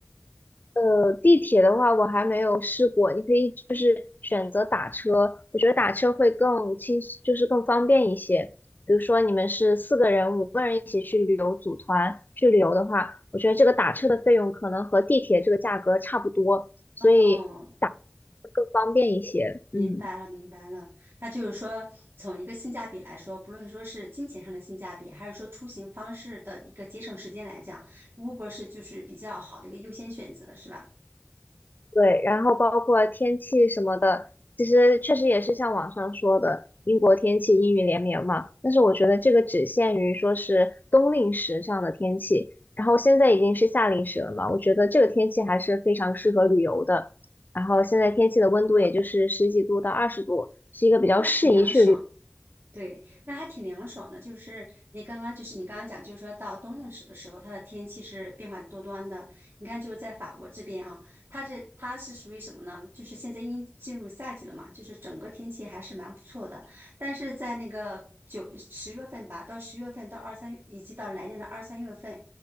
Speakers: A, on the left (about 50°); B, on the right (about 60°).
A: 呃，地铁的话我还没有试过，你可以就是选择打车，我觉得打车会更轻，就是更方便一些。比如说你们是四个人、五个人一起去旅游，组团去旅游的话，我觉得这个打车的费用可能和地铁这个价格差不多，所以
B: 哦，
A: 会更方便一些。
B: 明白了，
A: 嗯。
B: 明白了。那就是说，从一个性价比来说，不论说是金钱上的性价比，还是说出行方式的一个节省时间来讲，Uber 是就是比较好的一个优先选择，是吧？
A: 对，然后包括天气什么的，其实确实也是像网上说的，英国天气阴雨连绵嘛。但是我觉得这个只限于说是冬令时这样的天气，然后现在已经是夏令时了嘛，我觉得这个天气还是非常适合旅游的。然后现在天气的温度也就是十几度到二十度，是一个比较适宜去旅。
B: 那挺凉爽。
A: 游。
B: 对，那还挺凉爽的。就是你刚刚，就是你刚刚讲，就是说到冬令时的时候，它的天气是变化多端的。你看，就是在法国这边啊，它这它是属于什么呢？就是现在已经进入夏季了嘛，就是整个天气还是蛮不错的。但是在那个九十月份吧，到十月份到二三月，以及到来年的二三月份，